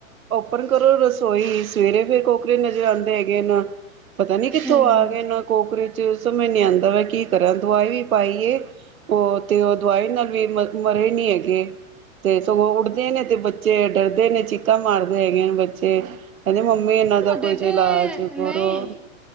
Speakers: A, on the right; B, in the centre.
A: ਬੰਦ ਕਰੋ ਰਸੋਈ ਸਵੇਰੇ ਫੇਰ ਕੋਕਰੇ ਨਜ਼ਰ ਆਉਂਦੇ ਹੈਗੇ ਨਾ ਪਤਾ ਨ ਕਿੱਥੋਂ
B: ਹੂੰ,
A: ਆ ਗਏ ਨੇ ਕੋਕਰੇਜ ਉਹ ਸਮਝ ਨੀ ਆਉਂਦਾ ਮੈਂ ਕੀ ਕਰਾਂ ਦਵਾਈ ਵੀ ਪਾਈ ਉਹ ਤੇ ਉਹ ਦਵਾਈ ਨਾਲ ਵੀ ਮਰ ਮਰੇ ਨੀ ਹੈਗੇ ਤੇ ਸਗੋਂ ਉੱਡਦੇ ਨੇ ਤੇ ਬੱਚੇ ਡਰਦੇ ਨੇ ਚੀਕਾਂ ਮਾਰਦੇ ਹੈਗੇੀਆਂ ਨੇ ਬੱਚੇ ਕਹਿੰਦੇ ਮੰਮੀ ਇਹਨਾਂ
B: ਤੁਹਾਡੇ
A: ਦਾ ਕੋਈ
B: ਤੇ
A: ਇਲਾਜ ਕਰੋ
B: ਨਹੀਂ